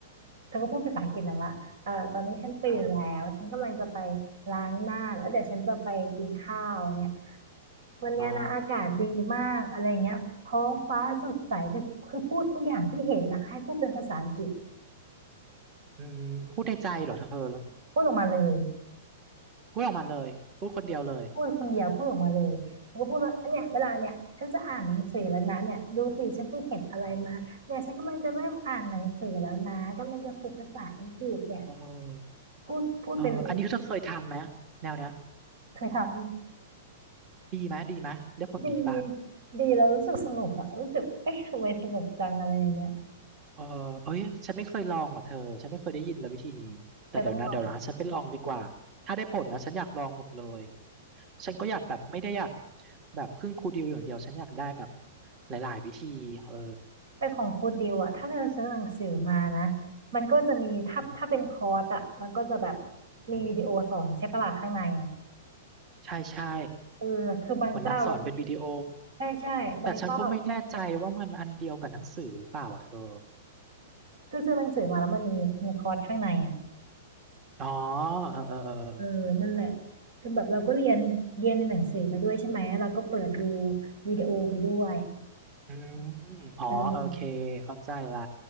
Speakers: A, on the right; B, on the right.
A: เธอก็พูดภาษาอังกฤษนะว่าเออตอนนี้ฉันตื่นแล้วฉันกำลังจะไป
B: อ่า
A: ล้างหน้าแล้วเดี๋ยวฉันจะไปกินข้าวเนี่ยวันเนี้ยนะอากาศดีมากอะไรเงี้ยท้องฟ้าสดใสเธอคือพูดทุกอย่างที่เห็นนะให้พูดเป็นภาษาอังกฤษ
B: อ๋ออืมพูดในใจเหรอเธอ
A: พูดออกมาเลย
B: พูดออกมาเลยพูดคนเดียวเลย
A: พูดคนเดียวพูดออกมาเลยเธอก็พูดว่าอันเนี้ยเวลาเนี่ยฉันจะอ่านหนังสือแล้วนะเนี่ยดูสิฉันไปเห็นอะไรมาเนี่ยฉันกำลังจะเริ่มอ่านหนังสือแล้วนะกำลังจะฝึกภาษาอังกฤษเนี่ย
B: อืมเออ
A: พูดพูดไปเลย
B: เอออันนี้เธอเคยทำไหมแนวเนี้ย
A: เคยทำ
B: ดีไหมดีไหมได้ผลดีป่ะ
A: ดีดีเรารู้สึกสนุกอะรู้สึกเอ๊ะทำไมสนุกจังอะไรอย่างเงี้ย
B: เออเอ้ยฉันไม่เคยลองว่ะเธอฉันไม่เคยได้ยินเลยวิธีนี้แต่เดี๋ยวนะเดี๋ยวนะฉันไปลองดีกว่าถ้าได้ผลนะฉันอยากลองหมดเลย
A: เธอต้องลอง
B: ฉันก็อยากแบบไม่ได้อยากแบบพึ่งครูดิวอย่างเดียว ฉันอยากได้แบบหลายๆวิธีเออ
A: แต่ของครูดิวอะถ้าเธอซื้อหนังสือมานะมันก็จะมีถ้าถ้าเป็นคอร์สอะมันก็จะแบบมีวิดีโอสอนใช่ปะล่ะข้างในอะ
B: ใช่ใช่
A: เออคือบางเจ้าเรา
B: เหมือนนางสอนเป็นวิดีโอ
A: ใช่ใช่บางเจ้า
B: แต่ฉันก็ไม่แน่ใจว่ามันอันเดียวกับหนังสือหรือเปล่าอ่ะเธอ
A: คือซื้อหนังสือมาแล้วมันมีมีคอร์สข้างในอะ
B: อ๋อเออเออเออ
A: เออนั่นแหละคือแบบเราก็เรียนเรียนในหนังสือไปด้วยใช่ไหมเราก็เปิดดูวิดีโอไปด้วย
B: อืมอ๋อโอเคเข้าใจละ
A: เออ